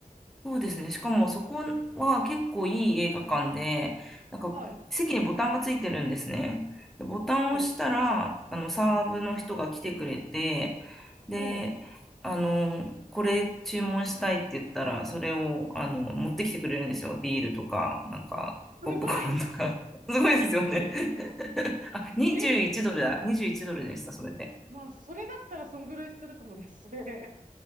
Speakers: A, in the centre; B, on the right.
A: そうですね。しかもそこは結構いい映画館で、なんか席にボタンがついてるんですね。
B: はい。
A: で、ボタンを押したら、
B: はい。
A: あの、サーブの人が来てくれて、
B: うん。
A: で、
B: おう。
A: あの、これ注文したいって言ったら、それを、
B: うん。
A: あの、持ってきてくれるんですよ。ビールとか、なんか、
B: すごい
A: ポップコーンとか。<laughs> すごいですよね。
B: リップ。
A: <laughs> あ、21ドルだ。
B: え
A: 21ドルでした、それで。
B: まあ、それだったらそんぐらいするかもですね。